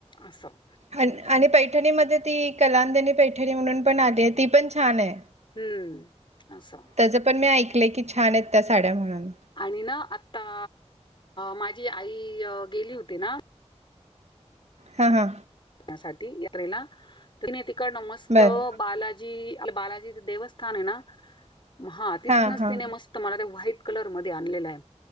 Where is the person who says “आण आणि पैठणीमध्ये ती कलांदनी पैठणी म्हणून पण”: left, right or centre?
Right